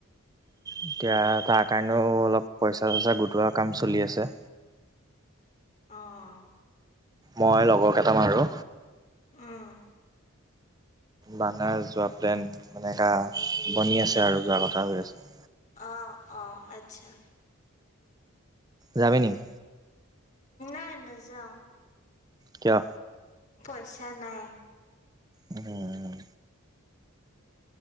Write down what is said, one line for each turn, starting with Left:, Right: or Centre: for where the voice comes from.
Right: এতিয়া তাৰ কাৰণেও অলপ পইচা চইচা গোটোৱা কাম চলি আছে।
Left: অঁ।
Right: মই লগৰ কেইটাম আৰু।
Left: উম।
Right: বানাৰ যোৱা প্লেন, এনেকা বনি আছে আৰু যোৱা কথা হৈ আছে।
Left: আঁহ অঁ আচ্ছা।
Right: যাবি নেকি?
Left: ত নযাওঁ।
Right: কিয়?
Left: পইচা নাই।
Right: উম।